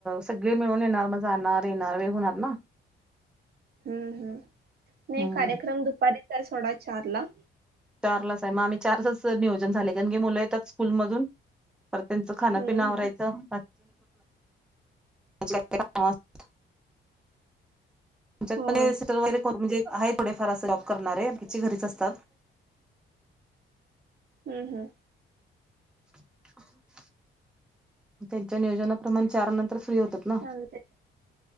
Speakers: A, in the centre; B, on the right.
A: सगळे मिळून येणार मग जाणार येणार होणार ना.
B: हम्म हम्म नाही
A: हम्म
B: कार्यक्रम दुपारी तर सोडा चार ला.
A: चारलाचे मग आम्ही चारचच नियोजन झाले कारण की मुलं येतात स्कूलमधून. पर त्यांचं खानापिना
B: हम्म
A: आवरायं.
B: हम्म
A: विज <unintelligible> तुच्यात
B: होय
A: प सिटर वगैर कर म्हणजे आहे थोडे फार अस जॉब करणारे ह्याची घरीच असतात.
B: हम्म हम्म.
A: <inaudible> त्यांच्या नियोजनाप्रमाण चार नंतर फ्री होतात ना.
B: चालतंय